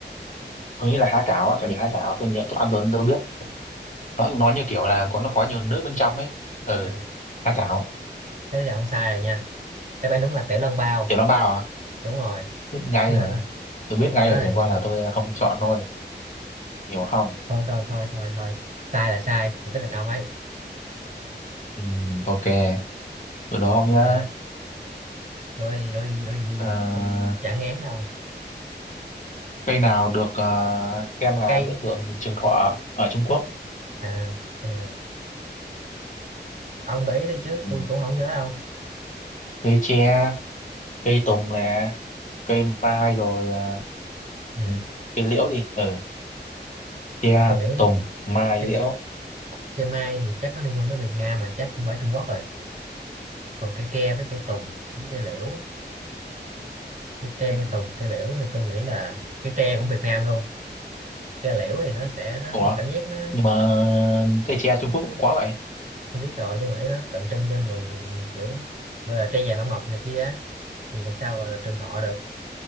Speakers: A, on the left; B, on the right.
A: tôi nghĩ là há cảo á, tại vì há cảo tôi nhớ tôi ăn rồi nên tôi biết. Nó nói như kiểu là có nó có nhiều nước bên trong ấy. Ừ,
B: à,
A: há cảo,
B: thế thì không sai rồi nha đáp án đúng là tiểu long bao
A: tiểu long bao à?
B: đúng rồi
A: Biết
B: <laughs>
A: ngay
B: nó
A: mà.
B: là
A: Tôi biết ngay
B: nó
A: rồi,
B: là
A: chẳng qua là tôi không chọn thôi. hiểu không
B: thôi thôi thôi thôi thôi sai là sai thì tính là ông ấy
A: ừ, ok từ đó ông
B: ok
A: nhá
B: đổ đi đổ đi đổ đi
A: Ờ,
B: tôi chả ngán đâu
A: cây nào được ờ, xem là
B: cây
A: biểu tượng trường thọ ở Trung Quốc
B: à cây nào? ông gợi ý đi chứ
A: ừ.
B: tôi cũng không nhớ đâu
A: cây tre cây tùng nè cây mai rồi ờ,
B: ừ.
A: ừ, cây liễu đi ừ. tre
B: tôi nghĩ
A: tùng mai
B: cây,
A: liễu
B: cây mai thì chắc nó liên quan tới Việt Nam mà chắc không phải Trung Quốc rồi còn cây tre với cây tùng với cây liễu cây tre
A: ừ.
B: cây tùng cây liễu thì tôi nghĩ là cây tre cũng Việt Nam luôn cây liễu thì nó sẽ nó
A: ủa
B: tôi cảm giác nó
A: nhưng mà cây tre Trung Quốc cũng có vậy
B: tôi biết rồi nhưng mà ý nó tượng trưng cho người kiểu gọi là tre già bản mộc này kia á, thì làm sao gọi là trường thọ được